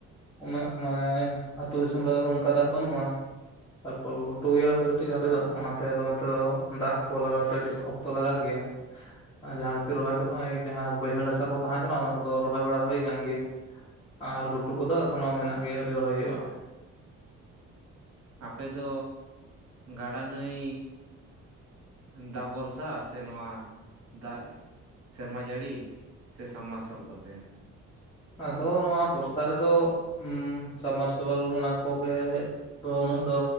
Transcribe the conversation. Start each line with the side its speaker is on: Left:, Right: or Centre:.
Left: ᱩᱱᱟᱹᱜ ᱢᱟᱱᱮ ᱟᱹᱛᱩ ᱫᱤᱥᱚᱢ ᱨᱮ ᱚᱱᱠᱟ ᱫᱟᱜ ᱵᱟᱹᱱᱩᱜᱼᱟ᱾ ᱛᱟᱨ ᱯᱚᱨ ᱜᱷᱩᱴᱩ ᱜᱤᱭᱟ ᱞᱮᱛᱚ ᱠᱟᱹᱴᱤᱡ, ᱠᱟᱹᱴᱤᱡ ᱟᱞᱮ ᱫᱚ ᱚᱱᱟᱛᱮ ᱚᱱᱛᱮ ᱫᱚ ᱫᱟᱜ ᱠᱚ ᱞᱟᱜᱟᱣ ᱛᱮ ᱟᱹᱰᱤ ᱚᱠᱛᱚ ᱞᱟᱜᱟᱜ ᱜᱮᱭᱟ, ᱡᱟᱦᱟᱸ ᱠᱷᱟᱹᱛᱤᱨ ᱨᱚᱦᱚᱭ ᱠᱚᱫᱚ ᱱᱚᱜ-ᱚᱭ ᱡᱟᱦᱟᱸ ᱵᱟᱹᱭᱦᱟᱹᱲ ᱦᱟᱥᱟ ᱠᱚ ᱛᱟᱦᱮᱸ ᱠᱟᱱᱟ ᱚᱱᱟ ᱠᱚᱫᱚ ᱨᱚᱦᱚᱭ ᱵᱟᱲᱟ ᱦᱩᱭ ᱠᱟᱱ ᱜᱮᱭᱟ, ᱟᱨ ᱜᱷᱩᱴᱩ ᱠᱚᱫᱚ ᱮᱠᱷᱚᱱᱚ ᱢᱮᱱᱟᱜ ᱜᱮᱭᱟ ᱟᱹᱣᱨᱤ ᱨᱚᱦᱚᱭ ᱦᱩᱭᱩᱜᱼᱟ,
Right: ᱚᱸᱟᱯᱮ ᱫᱚ ᱜᱟᱰᱟ ᱱᱟᱹᱭ ᱫᱟᱜ ᱵᱷᱚᱨᱥᱟ ᱥᱮ ᱱᱚᱶᱟ ᱫᱟᱜ ᱥᱮᱨᱢᱟ ᱡᱟᱹᱲᱤ ᱥᱮ ᱥᱟᱵ ᱢᱟᱨᱥᱟᱞ ᱠᱚᱛᱮ?
Left: ᱟᱫᱚ ᱱᱚᱣᱟ ᱵᱚᱨᱥᱟ ᱨᱮᱫᱚ ᱩᱢᱻ ᱥᱟᱵᱢᱟᱨ ᱥᱤᱵᱮᱞ ᱚᱱᱟ ᱠᱚᱜᱮ, ᱫᱚ ᱩᱱᱟᱹᱜ ᱫᱚ